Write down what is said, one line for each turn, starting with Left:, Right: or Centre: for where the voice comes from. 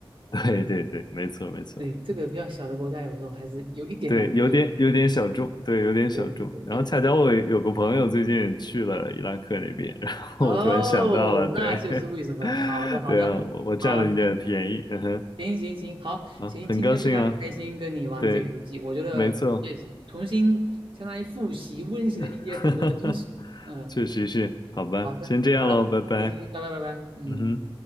Left: <laughs> 对对对，没错没错，
Right: 对，这个比较小的国家，有时候还是有一点难度的。
Left: 对，有点有点小众，对，有点小众。
Right: 对对对对。
Left: 然后恰巧我有个朋友最近去了伊拉克那边，<laughs> 然后我突然想到了，
Right: 哦，
Left: 对，
Right: 那就是为什么了好的，
Left: <laughs>
Right: 好的，
Left: 对啊，我我占了你的便宜，
Right: 好，
Left: 嗯哼，
Right: 行行行，好，
Left: 啊，
Right: 行，
Left: 很高兴啊，
Right: 今天非常开心跟你玩这个游戏，
Left: 对，
Right: 我觉得也重新相当于复习温习了一些很多的知识。
Left: 没错，<laughs>
Right: 嗯，
Left: 确实是，好吧，
Right: 好的，
Left: 先这样喽，
Right: 好的，
Left: 拜拜，
Right: 行行，拜拜拜拜，嗯。
Left: 嗯哼。